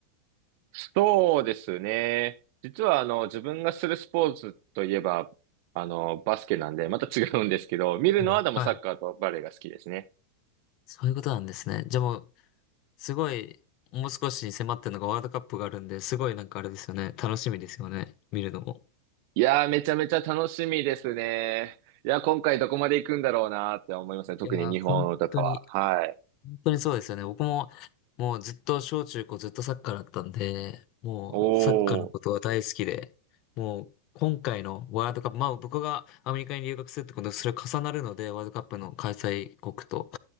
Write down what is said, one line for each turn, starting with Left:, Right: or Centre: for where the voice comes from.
Right: そうですね。実はあの、自分がするスポーツといえば、あの、バスケなんで、また違うんですけど、見るのはでもサッカーとバレーが好きですね。
Left: はい。はい。そういうことなんですね。じゃあもう、すごい、もう少しに迫ってるのがワールドカップがあるんで、すごいなんかあれですよね。楽しみですよね。見るのも。
Right: いやー、めちゃめちゃ楽しみですね。いや、今回どこまで行くんだろうなーって思いますね。特に日本とかは。
Left: いやー、本当に、
Right: はい。
Left: 本当にそうですよね。僕も、もうずっと小中高ずっとサッカーだったんで、もうサッカーのことは大好きで、
Right: おー。
Left: もう今回のワールドカップ、まあ僕がアメリカに留学するってことで、それ重なるので、ワールドカップの開催国と。